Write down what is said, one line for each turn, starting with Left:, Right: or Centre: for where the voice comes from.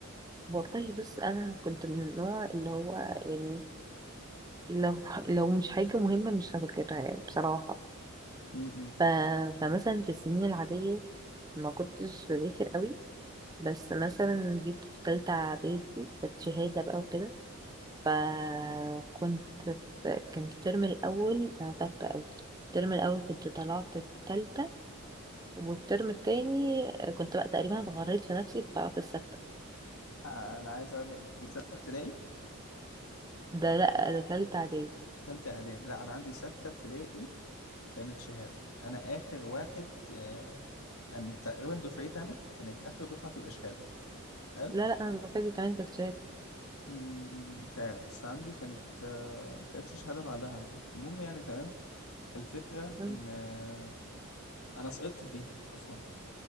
Right: والله بس انا كنت من النوع اللي هو يعني لو لو مش حاجه مهمه مش هذاكرها يعني بصراحه
Left: امم
Right: ف... فمثلا في السنين العاديه ما كنتش بذاكر قوي بس مثلا جيت في تالتة إعدادي كانت شهادة بقى وكده فكنت في كان الترم الأول أنا فاكرة أوي الترم الأول كنت طلعت التالتة والترم التاني كنت بقى تقريبا اتغريت في نفسي فطلعت السادسة
Left: آه انا عايز اقول لك دي ستة ابتدائي
Right: ده لأ ده تالتة إعدادي
Left: ثالثة اعدادي لا انا عندي ستة ابتدائي كانت شهادة انا اخر واحد آه... أن تقريبا دفعتي انا كانت اخر دفعة تبقى شهادة حلو.
Right: لا لأ أنا فاكرة كمان كانت شهادة
Left: مم، مش عارف بس عندي كانت آه، كانتش شهادة بعدها المهم يعني تمام الفكرة
Right: أمم،
Left: إن آه، أنا سقطت في دي أصلا